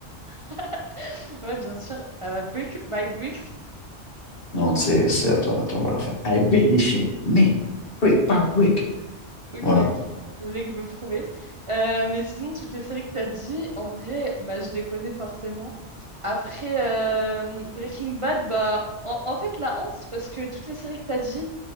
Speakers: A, on the right; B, on the left.
A: <laughs> ouais, bien sûr, euh, brick by bricks.
B: Non, c'est, c'est, attends, attends, on va la refaire. I build this shit, me, brick par brick.
A: Ok,
B: Voilà.
A: ok. Le mec veut prouver. Euh, mais sinon, toutes les séries que t'as dit, en vrai, bah, je les connais forcément. Après euh, Breaking Bad, bah, en, en fait, la honte, c'est parce que toutes les séries que t'as dit,